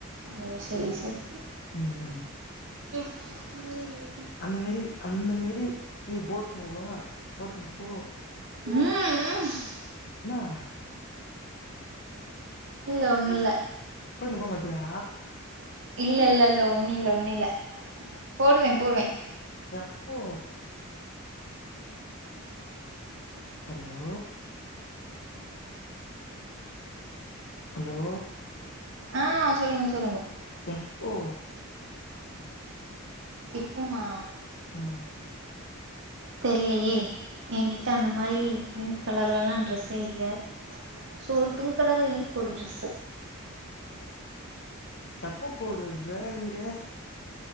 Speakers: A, on the right (about 55°); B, on the left (about 50°).
A: ஒ செரி செரி
B: ம் ம்
A: உம்
B: அந்த மேரி அந்த மேரி நீ போட்னு வா போட்னு போ
A: ம் ம்
B: ஆஹ
A: இல்ல ஒன்னுல்ல
B: இம்ப மட்யா
A: இல்ல இல்ல இல்ல ஒன்னில்ல ஒன்னில்ல போடுவே போடுவே
B: எப்போ ஹலோ ஹலோ
A: ஆ சொல்லுங்க சொல்லுங்க
B: எப்போ
A: எப்போமா
B: ம்
A: தெர்லயே ஏங்கிட்ட அந்த மாரி பிங்க் கலர்லல்லா ட்ரெஸ்ஸே இல்ல சோ ஒரு பிங்க் கலர்ல இருக்கு ஒரு ட்ரெஸ்ஸு
B: தப்பு போட்றது இங்க